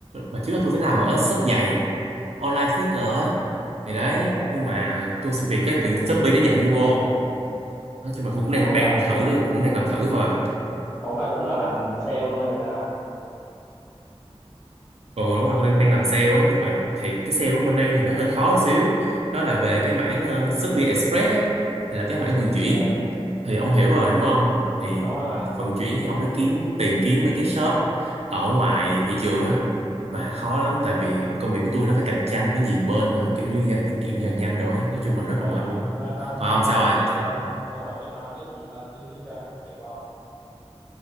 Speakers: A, on the right; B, on the left.
A: mà trước đó tôi sẽ làm ở shop giày online sneaker á thì đấy
B: à
A: nhưng mà tôi xin việc cái từ Shopee nó nhận tôi vô nói chung là tôi cũng đang
B: cũng
A: đang
B: là cũng
A: thử được cũng đang làm thử thôi à
B: ủa mà cũng là làm sale luôn hay sao
A: ừ đúng rồi tôi đang đang làm sale ấy nhưng mà thì cái sale ở bên đây thì nó hơi khó một xíu nó là về cái mảng ờ, Shopee Express ấy hay là cái mảng vận
B: stress
A: chuyển thì ông
B: vận
A: hiểu
B: chuyển
A: rồi đúng không thì
B: đúng rồi
A: vận chuyển thì ông phải kiếm tìm kiếm mấy cái shop ở ngoài thị trường á mà khó lắm tại vì công việc của tôi nó phải cạnh tranh với nhiều bên nữa kiểu như giao tiết kiệm giao nhanh rồi ấy. nói chung là rất
B: ủa
A: là mệt
B: nhưng mà
A: luôn á
B: bên ông
A: còn
B: à,
A: ông
B: có
A: sao
B: cái
A: rồi
B: gì hơn ủa mà bên ông có gì hơn tí ra hàng kèm không